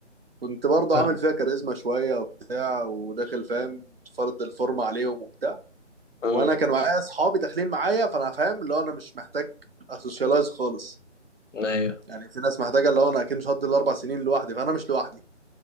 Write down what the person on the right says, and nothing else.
كنت برضه
عامل فيها كاريزما شويه وبتاع وداخل فاهم فرض الفورمه عليهم وبتاع
وانا كان معايا اصحابي داخلين معايا فانا فاهم اللي هو انا مش محتاج اسوشيالايز خالص
يعني في ناس محتاجه اللي هو انا اكيد مش هقضي الاربع سنين لوحدي فانا مش لوحدي